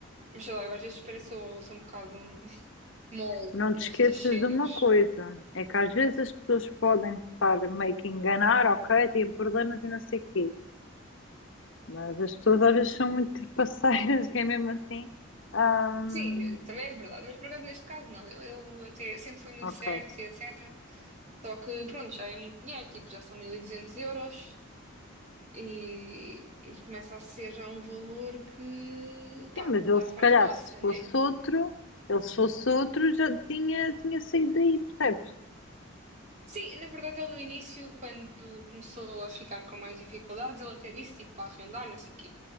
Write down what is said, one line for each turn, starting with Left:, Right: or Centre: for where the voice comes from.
Right: Mas sei lá, eu às vezes pareço, sou um bocado <laughs> mole
Left: Não
Right: nestas
Left: te esqueças
Right: cenas.
Left: de uma coisa, é que às vezes as pessoas podem estar meio que a enganar, ok, têm problemas e não sei o quê, mas as pessoas às vezes são muito trapaceiras, <laughs> que é mesmo assim. ahm,
Right: Sim, também é verdade, mas por acaso neste caso não. Ele, ele até sempre foi muito
Left: ok.
Right: certo e etc. Só que pronto, já é muito dinheiro, tipo, já são 1200 euros e, e começa a ser já um valor que, pá,
Left: Sim, mas ele
Right: já
Left: se
Right: faz
Left: calhar,
Right: moça,
Left: se fosse
Right: né?
Left: outro, ele se fosse outro, já tinha, tinha saído daí, percebes?
Right: Sim, na verdade ele no início, quando começou a ficar com mais dificuldades, ele até disse, tipo, para arrendar, não sei o quê.